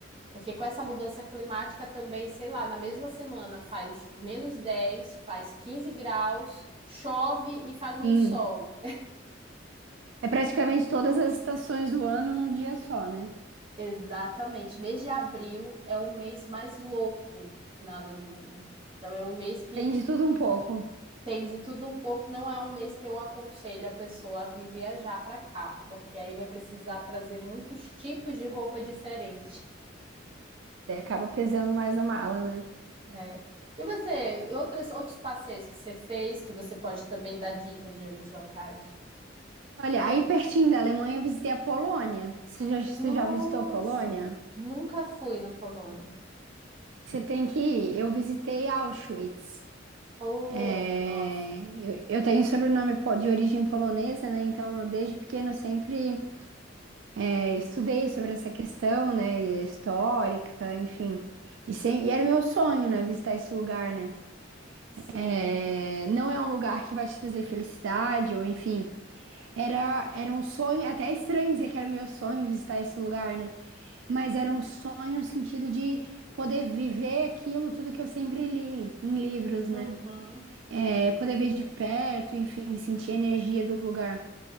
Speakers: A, on the right; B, on the right.
A: Porque com essa mudança climática também, sei lá, na mesma semana faz menos 10, faz 15 graus, chove e faz muito
B: Sim.
A: sol.
B: É praticamente todas as estações do ano num dia só, né?
A: Exatamente. Mês de abril é o mês mais louco na Alemanha. Então é um mês que
B: Tem de tudo um pouco.
A: tem de tudo um pouco. Não é um mês que eu aconselho a pessoa a vir viajar para cá, porque aí vai precisar trazer muitos tipos de roupa diferente.
B: Daí acaba pesando mais a mala, né?
A: né? E você, e outras, outros passeios que você fez, que você pode também dar dicas de outros locais?
B: Olha, aí pertinho da Alemanha eu visitei a Polônia. Você já, você
A: Nossa,
B: já visitou a Polônia?
A: nunca fui na Polônia.
B: Você tem que ir. Eu visitei Auschwitz.
A: Oh,
B: É,
A: nossa,
B: eu, eu tenho sobrenome po- de origem polonesa, né? Então, desde pequeno eu sempre é, estudei sobre essa questão, né? Histórica, enfim. E, sem- e era o meu sonho, né? Visitar esse lugar, né?
A: sim.
B: É, não é um lugar que vai te trazer felicidade, ou enfim. Era, era um sonho, é até é estranho dizer que era o meu sonho visitar esse lugar, né? mas era um sonho no sentido de poder viver aquilo, tudo que eu sempre li em livros, né?
A: Uhum.
B: É, poder ver de perto, enfim, sentir a energia do lugar.